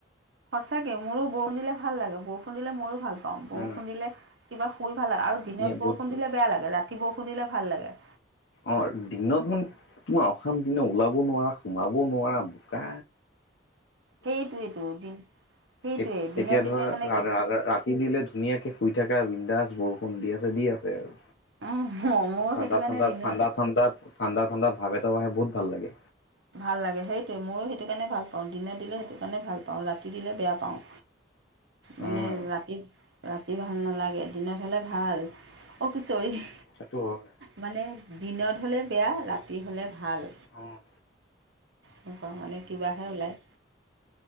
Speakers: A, on the right (about 70°); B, on the left (about 65°).
A: সঁচাকে মোৰো বৰুষণ দিলে ভাল লাগে, বৰষুণ দিলে মইও ভাল অঁহ বৰষুণ
B: উম
A: দিলে কিবা শুই ভাল লাগে, আৰু দিনত
B: ধুনীয়া বহুত
A: বৰষুণ
B: ভাল
A: দিলে বেয়া লাগে। ৰাতি বৰষুণ দিলে ভাল লাগে।
B: অঁ দিনত মানে তোমাৰ অশান্তি নে ওলাব নোৱাৰা, সোমাব নোৱাৰা বোকা
A: সেইটেৱেটো, দিন সেইটোৱে
B: এ
A: দিনত
B: এতিয়া
A: দিলে
B: ধৰা
A: মানে
B: ৰাধা ৰাধ ৰা যি দিলে ধুনীয়াকে শুই থাকা বিন্দাজ বৰষুণ দি আছে দি আছে আও।
A: কেনে ময়ো
B: ঠাণ্ডা
A: সেইটো কাৰণে
B: ঠাণ্ডা,
A: দিনত
B: ঠাণ্ডা ঠাণ্ডা, ঠাণ্ডা ঠাণ্ডা ভাৱ এটাও আহে বহুত ভাল লাগে।
A: ভাল লাগে সেইটোৱেই ময়ো সেইটো কাৰণে ভাল পাওঁ, দিনত দিলে সেইটো কাৰণে ভাল পাওঁ। ৰাতি দিলে বেয়া পাওঁ। মানে
B: উম
A: ৰাতি, ৰাত ৰাতি ভাল নালাগে, দিনত হ'লে ভাল। অ'হ‌ কি চৰি
B: সেটো হয়
A: মানে দিনত হ'লে বেয়া, ৰাতি হ'লে ভাল।
B: অঁহ
A: নকা মানে কিবাহে ওলায়।